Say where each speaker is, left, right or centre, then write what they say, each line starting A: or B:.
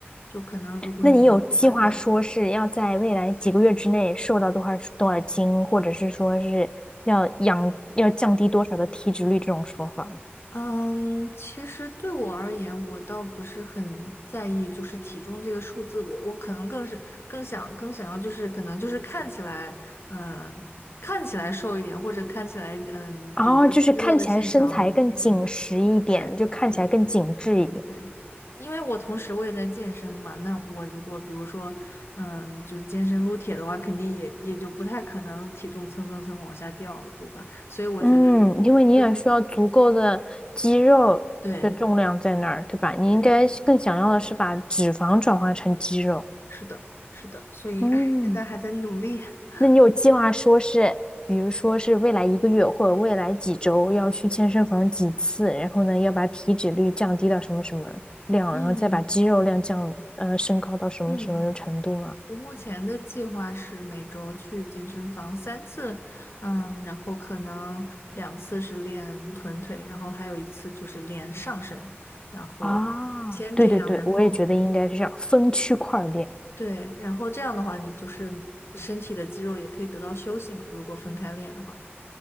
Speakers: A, on the left; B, on the left.
A: 就可能如果你能够把它，
B: 那你有计划说是要在未来几个月之内瘦到多少多少斤，或者是说是要养要降低多少的体脂率这种说法吗？
A: 嗯，其实对我而言，我倒不是很在意就是体重这个数字，我我可能更是更想更想要就是可能就是看起来，嗯，看起来瘦一点，或者看起来，嗯，
B: 哦，
A: 比如说肌肉的线条明显一点，
B: 就是看起来身材更紧实一点，
A: 对对。
B: 就看起来更紧致一点。
A: 对，因为我同时我也在健身嘛，那我如果比如说，嗯，就是健身撸铁的话，肯定也也就不太可能体重蹭蹭蹭往下掉，对吧？所以我觉得
B: 嗯，因为你也需要足够的肌肉的重量在那儿，
A: 就对
B: 对吧？你应该是更想要的是把脂肪转化成肌肉。
A: 对，是的，是的，所以哎，
B: 嗯，
A: 现在还在努力，<laughs>
B: 那你有计划说是，比如说是未来一个月或者未来几周要去健身房几次，然后呢要把体脂率降低到什么什么量，
A: 嗯
B: 然后再把肌肉量降，呃，升高到什么什么程度吗？
A: 嗯，我目前的计划是每周去健身房三次，嗯，然后可能两次是练臀腿，然后还有一次就是练上身，然后先这样，
B: 啊，对对对，
A: 然后。
B: 我也觉得应该是这样，分区块儿练。
A: 对，然后这样的话，你就是身体的肌肉也可以得到休息嘛，如果分开练的话。